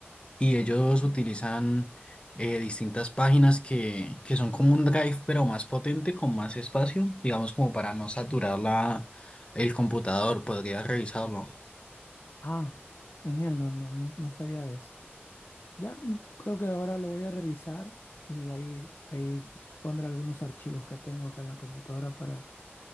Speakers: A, on the left; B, on the left.
A: y ellos utilizan eh, distintas páginas que, que son como un Drive, pero más potente, con más espacio, digamos como para no saturar la, el computador, podría revisarlo.
B: Ah, genial, no, no, no, no sabía de eso. Ya mm, creo que ahora lo voy a revisar y ahí, ahí pondré algunos archivos que tengo acá en la computadora para,